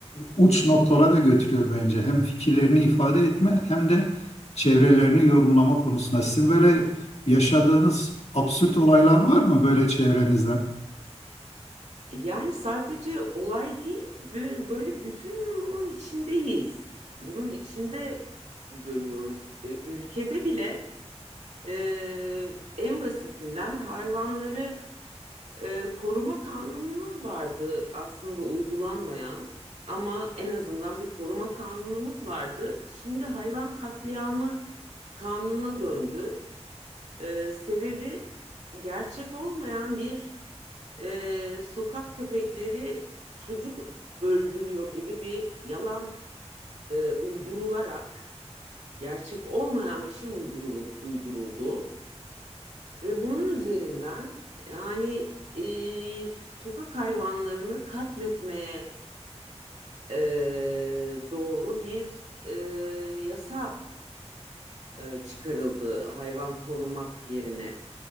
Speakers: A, on the left (about 70°); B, on the right (about 80°).
A: uç noktalara götürüyor bence. Hem fikirlerini ifade etme hem de çevrelerini yorumlama konusunda. Sizin böyle yaşadığınız absürt olaylar var mı böyle çevrenizden?
B: Yani sadece olay değil bö- böyle bütün gün bunun içindeyiz. Bunun içinde dönüyoruz. E, Ülkede bile e, en basitinden hayvanları e, koruma kanunumuz vardı aslında uygulanmayan ama en azından bir koruma kanunumuz vardı. Şimdi hayvan katliamı kanununa döndü. E, sebebi gerçek olmayan bir e, sokak köpekleri çocuk öldürüyor gibi bir yalan e, uydurularak gerçek olmayan bir şey uyduruldu. Ve bunun üzerinden yani e, sokak hayvanlarını katletmeye e, doğru bir e, yasa e, çıkarıldı hayvan korumak yerine.